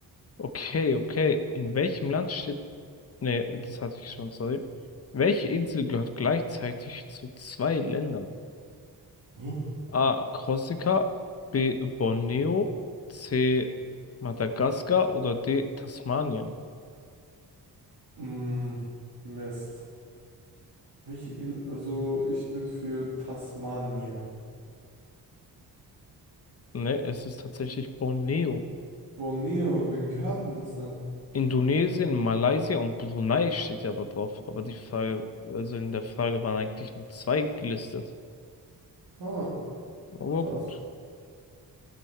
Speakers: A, on the left; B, on the right.
A: Okay, okay. In welchem Land steht Nee, das hatte ich schon, sorry. Welche Insel gehört gleichzeitig zu zwei Ländern?
B: Hä?
A: A. Korsika, B. Borneo, C. Madagaskar oder D. Tasmanien?
B: Mm, Mist. Welche In also ich bin für Tasmanien.
A: Ne, es ist tatsächlich Borneo.
B: Borneo, wem gehört denn das dann?
A: Indonesien, Malaysia und Brunei steht ja aber drauf. Aber die Frage, also in der Frage waren eigentlich nur zwei gelistet.
B: Ah,
A: Aber
B: krass.
A: gut.